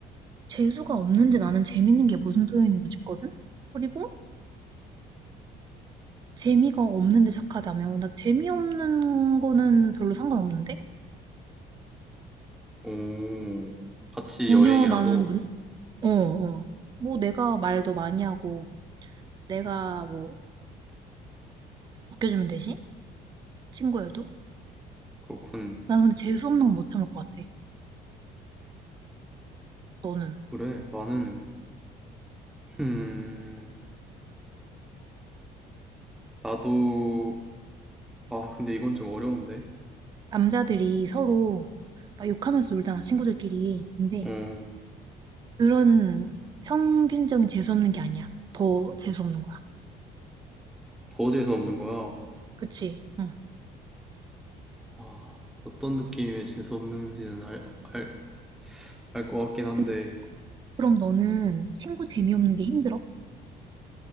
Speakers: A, on the right (about 25°); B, in the centre.
A: 재수가 없는데 나는 재밌는 게 무슨 소용인가 싶거든? 그리고 재미가 없는데 착하다며. 나 재미없는 거는 별로 상관없는데?
B: 오, 같이
A: 전혀
B: 여행이라도
A: 나는, 문- 어, 어. 뭐 내가 말도 많이 하고, 내가 뭐 웃겨주면 되지? 친구여도?
B: 그렇군.
A: 나는 근데 재수 없는 건 못 참을 것 같아. 너는?
B: 그래, 나는 음, 나도 아, 근데 이건 좀 어려운데.
A: 남자들이 서로 막 욕하면서 놀잖아, 친구들끼리. 근데
B: 어,
A: 그런 평균적인 재수 없는 게 아니야. 더 재수 없는 거야.
B: 더 재수 없는 거야.
A: 그치? 응.
B: 아, 어떤 느낌의 재수 없는지는 알, 알, 알 것 같긴 한데.
A: 근데 그럼 너는 친구 재미없는 게 힘들어?